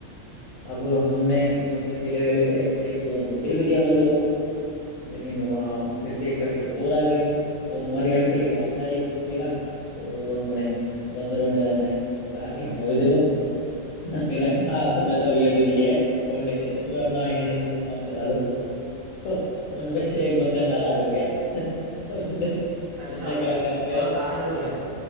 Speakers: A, on the left (about 80°); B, on the right (about 20°).
A: अब हमने जो अपने केले वेले थे एक दो उनको दे भी दिया बंदरों को लेकिन वहां फिर देख करके और आ गए तो हमारी आंटी के पास था एक केला तो उन्होंने बंदरों ने उन्हें कहा कि हमें भी दे दो आंटी ने कहा "अब तुम्हें तो अभी अभी दिए हैं और नहीं देते तुम्हें अपना इन्हीं से का- काम चला लो तो उनमें से एक बंदर नाराज हो गया <laughs> उसने
B: अच्छा
A: उसने क्या
B: मतलब
A: काम किया
B: नाराज
A: और
B: हो गया